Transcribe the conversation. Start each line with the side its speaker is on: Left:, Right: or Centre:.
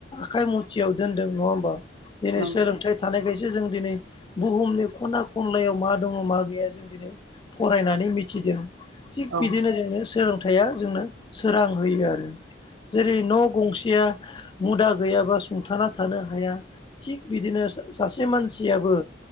Left: आखाइ मुथियाव दोनदों नङा होमबा दिनै
Right: नंगौ
Left: सोलोंथाइ थानायखायसो जों दिनै बुहुमनि खना खनलायाव मा दङ मा गैया जों दिनै फरायनानै मिथिदों थिग
Right: औ नंगौ औ
Left: बिदिनो जोंनो सोलोंथाइया जोंनो सोरां होयो आरो जेरै न' गंसेया मुदा गैयाबा सुंथाना थानो हाया थिग बिदिनो सासे मानसियाबो